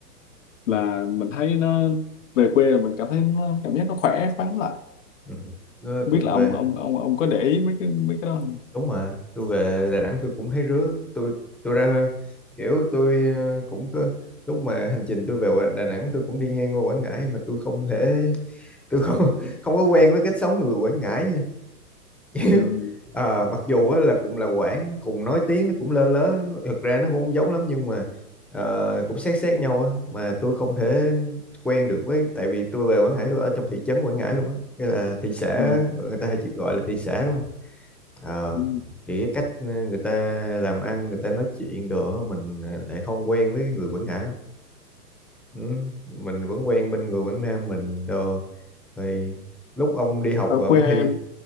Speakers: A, on the left; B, in the centre.
A: là mình thấy nó về quê là mình cảm thấy nó cảm giác nó khỏe khoắn lại
B: Nó nó thuộc
A: Không biết là
B: về
A: ông ông ông ông có để ý mấy cái mấy cái đó không
B: đúng mà tôi về Đà Nẵng tôi cũng thấy rứa tôi tôi ra kiểu tôi ờ, cũng có lúc mà hành trình tôi về Quà- Đà Nẵng tôi cũng đi ngang qua Quảng Ngãi mà tôi không thể tôi không <laughs> không có quen với cách sống người Quảng Ngãi nha <laughs>
A: ừ.
B: kiểu à, mặc dù á là cũng là Quảng cùng nói tiếng nó cũng lơ lớ nó- thực ra nó cũng không giống lắm nhưng mà ờ, cũng sát sát nhau á mà tôi không thể quen được với tại vì tôi về Quảng Ngãi tôi ở trong thị trấn Quảng Ngãi luôn á cái là thị xã
A: Ừ.
B: người ta hay chỉ gọi là thị xã đúng không Ờ,
A: Ừ.
B: thì cái cách ờ, người ta làm ăn người ta nói chuyện đồ á, mình ờ, lại không quen với người Quảng Ngãi lắm ừ, mình vẫn quen bên người Quảng Nam mình đồ thì lúc ông đi học
A: ở
B: rồi ông
A: quê
B: thi